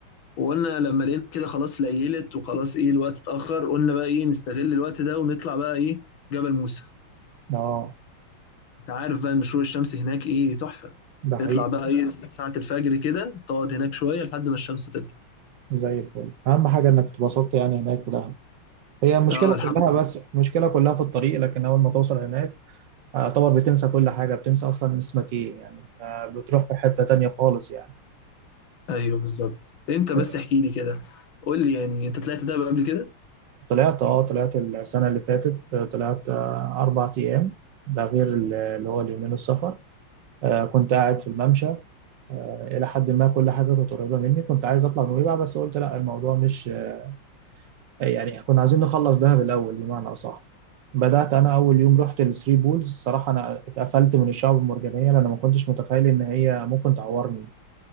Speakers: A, on the left (about 70°); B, on the right (about 70°).
A: وقلنا لما لقينا كده خلاص ليلت وخلاص ايه الوقت اتأخر قلنا بقى ايه نستغل الوقت ده ونطلع بقى ايه جبل موسى
B: اه
A: انت عارف بقى ان شروق الشمس هناك ايه تحفة
B: ده
A: تطلع
B: حقيقي
A: بقى ايه ساعة الفجر كده تقعد هناك شوية لحد ما الشمس تطلع
B: زي الفل أهم حاجة إنك اتبسطت يعني هناك في دهب هي المشكلة
A: اه الحمد
B: كلها
A: لله
B: بس المشكلة كلها في الطريق لكن أول ما توصل هناك اعتبر بتنسى كل حاجة بتنسى أصلا اسمك إيه يعني آه، بتروح في حتة تانية خالص يعني
A: ايوه بالظبط انت بس
B: بس
A: احكي لي كده قول لي يعني انت طلعت دهب قبل كده
B: طلعت اه طلعت السنة اللي فاتت آه، طلعت آه، أربع أيام ده غير ال- اللي هو اليومين السفر آه، كنت قاعد في الممشى آه، الى حد ما كل حاجه كانت قريبه مني كنت عايز اطلع نويبع بس قلت لا الموضوع مش آه، يعني كنا عايزين نخلص دهب الاول بمعنى اصح بدات انا اول يوم رحت الثري بولز صراحه انا اتقفلت من الشعب المرجانيه لان ما كنتش متخيل ان هي ممكن تعورني